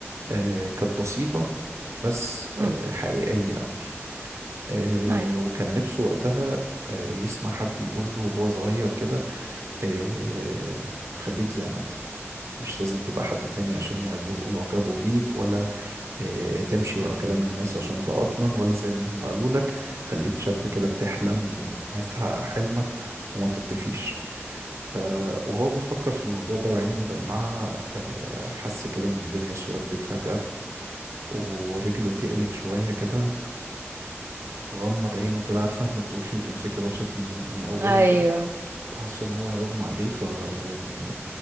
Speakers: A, on the right (about 80°); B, on the right (about 60°).
A: آه، كانت بسيطة بس
B: مم.
A: آه، حقيقية أوي آه،
B: ايوه
A: وكان نفسه وقتها آه، يسمع حد يقول له وهو صغير كده إيه خليك زي ما انت مش لازم تبقى حد تاني عشان يعجبوا يعجبوا بيك ولا إيه تمشي ورا كلام الناس عشان ده أضمن ولا زي ما هم قالوا لك خليك شاب كده بتحلم وعايز تحقق حلمك وما تطفيش ف- وهو بيفكر في الموضوع ده وعينه مدمعة آه، حس كده إن الدنيا سودت فجأة ورجله تقلت شوية كده وغمض عينه كده عارفة ما تدوخي وتمسكي راسك من من أولها
B: ايوه
A: كده وحس إن هو هيغمى عليه فيعني